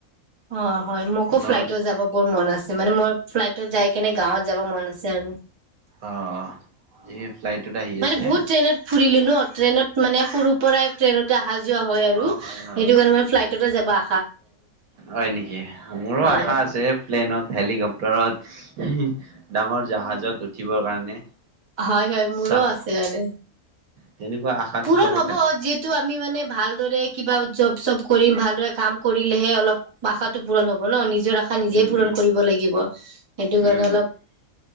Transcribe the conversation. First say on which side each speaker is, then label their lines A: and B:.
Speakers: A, on the right; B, on the right.
A: অঁ হয় মোকো
B: ন
A: ফ্লাইটত
B: হাজাৰ
A: যাব বৰ মন আছে মানে মই ফ্লাইটত যাই কেনে গাঁৱত যাব মন আছে আৰু
B: অঁ এই ফ্লাইটত আহি
A: মানে
B: আছে
A: বহুত ট্ৰেইনত ফুৰিলো ন ট্ৰেনত মানে সৰু পৰাই ট্ৰেইনতে অহা যোৱা হয় আৰু
B: অ হয়
A: সেইটো
B: হয়
A: কাৰণে মান ফ্লাইটতে যাবা।
B: হয় নেকি মোৰো
A: হয়
B: আশা আছে। প্লেনত হেলিকপটাৰত ডাঙৰ জাহাজত উঠিবৰ কাৰণে।
A: হয়-হয় মোৰো
B: চাহ
A: আছে মানে।
B: তেনেকুৱা আশাটো
A: পূৰণ
B: চবৰ
A: হ'ব
B: থাকে
A: যিহেতু আমি মানে ভালদৰে কিবা জব চব কৰিম ভালদৰে কাম কৰিলেহে অলপ আশাটো পূৰণ হ'ব ন নিজ নিজৰ আশা নিজে
B: উম
A: পূৰণ
B: উম
A: কৰিব লাগিব, সেইটো কাৰণে
B: উম
A: অলপ